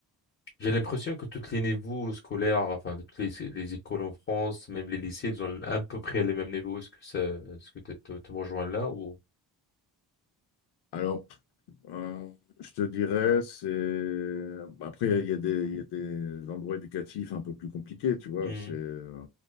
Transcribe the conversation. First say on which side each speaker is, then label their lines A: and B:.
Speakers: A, on the left (about 30°); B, on the left (about 75°).
A: J'ai l'impression que tous les niveaux scolaires, enfin, de toutes les, les écoles en France, même les lycées, ils ont à peu près les mêmes niveaux. Est-ce que ça, est-ce que tu te, te me rejoins là ou?
B: Alors, Euh, je te dirais, c'est... bah, Après, il y a il y a des, il y a des endroits éducatifs un peu plus compliqués, tu vois.
A: Mhm.
B: C'est euh,